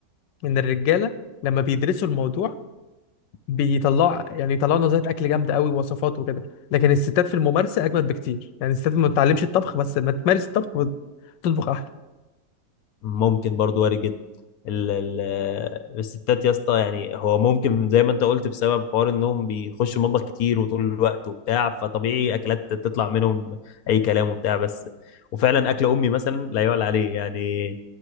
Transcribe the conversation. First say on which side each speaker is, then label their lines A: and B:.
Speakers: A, on the left (about 80°); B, on the left (about 65°).
A: ان الرجالة لما بيدرسوا الموضوع بيطلعوا يعني يطلعوا نظريات اكل جامدة قوي ووصفات وكده لكن الستات في الممارسة اجمد بكتير يعني الستات ما بتتعلمش الطبخ بس ما تمارس الطبخ بتطبخ احلى
B: ممكن برضو وارد جدا ال ال الستات يا اسطى يعني هو ممكن زي ما انت قلت بسبب حوار انهم بيخشوا المطبخ كتير وطول الوقت وبتاع فطبيعي اكلات تطلع منهم اي كلام وبتاع بس وفعلا اكل امي مثلا لا يعلى عليه يعني